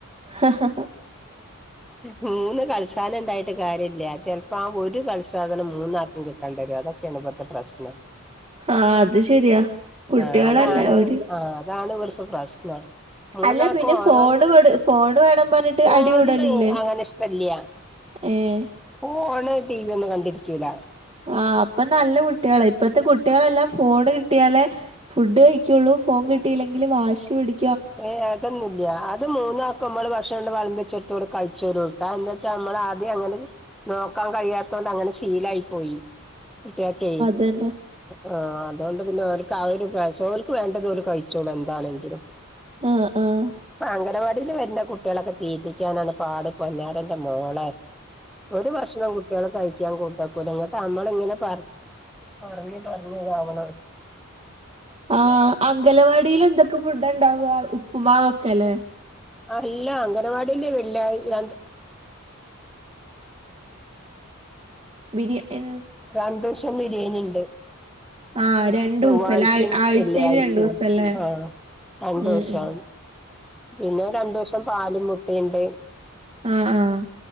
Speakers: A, on the right; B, in the centre.
A: ഹ ഹ ഹാ
B: മൂന്ന് കൾസാനിണ്ടായിട്ട് കാര്യല്ല ചെൽപ്പോ ആ ഒരു കൽസാധനം മൂന്നാക്കും കിട്ട കണ്ടരതൊക്കെയാണിവിടുത്തെ പ്രശ്നം
A: ആഹ് അത് ശരിയാ കുട്ടികളല്ലേ
B: ആ അതാണ്
A: ഓര്
B: ആ അതാണിവിടിപ്പോ പ്രശ്നം മൂന്നാക്കും
A: അല്ല പിന്നെ
B: ഓരോന്ന്
A: ഫോണ് കൊടു ഫോണ് വേണം പറഞ്ഞിട്ട്
B: ഫോണിന്
A: അടിക്കൂടലില്ലേ
B: അങ്ങനെ ഇഷ്ടല്ല
A: ഏഹ്
B: ഫോണ് ടീവിയൊന്നും കണ്ടിരിക്കൂല
A: ആ അപ്പൊ നല്ല കുട്ടിയളാ ഇപ്പത്തെ കുട്ടിയളെല്ലാം ഫോണ് കിട്ടിയാലേ ഫുഡ് കയി ക്കുള്ളൂ ഫോൺ കിട്ടയില്ലെങ്കില് വാശി പിടി
B: ഏ അതൊന്നില്ല അത് മൂന്നാ ക്കു മ്മള് ഭഷണ്‌ല്ലാം വളമ്പിച്ചെടുത്തിവിടെ കഴിച്ചോരു ട്ടാ എന്താച്ചാ നമ്മളാദ്യേ അങ്ങനെ നോക്കാൻ കഴിയാത്തോണ്ടങ്ങനെ ശീലായി പോയി കുട്ടിയക്കെ
A: തന്നെ
B: ആ അതോണ്ട് പിന്നെ അവർക്ക് ആ ഒരു പ്രായാസോൽക്ക് വേണ്ടതോല് കയ്ച്ചോളൂ എന്താലെങ്കിലും
A: ആഹ് ആഹ്
B: അ അംഗനവാടീല് വര്ന കു കുട്ടിയളൊക്കെ തീറ്റിക്കാനാണ് പാട് പൊന്നാരന്റെ മോളെ ഒരു വർഷം കുട്ടിയള് കയ്ക്കാൻ കൂട്ടാക്കൂലങ്ങട്ടമ്മളിങ്ങനെ പറ പറഞ്ഞ് പറഞ്ഞിതാവണ
A: ആ അംഗലവാടീലെന്തൊക്കെ ഫുഡ ഇണ്ടാവ ഉപ്പ്മാവൊക്കെയല്ലേ
B: അല്ല അംഗനവാടീലെ വെള്ളിയാ രണ്ട്
A: ബിരി എൻ
B: രണ്ടൂഷം ബിര്യേനിണ്ട്
A: ആഹ് രണ്ടു
B: ചൊവ്വായ്ച്ചിം
A: ദിവസല്ലേ ആഴ് ആഴ്ചയില്
B: വെള്ളിയായ്ച്ചിം
A: രണ്ടു ദിവസല്ലേ
B: ആഹ് രണ്ടൂസം.
A: ഉം ഉം
B: പിന്നെ രണ്ടൂസം പാലും മുട്ടിണ്ട്.
A: അഹ് ആഹ്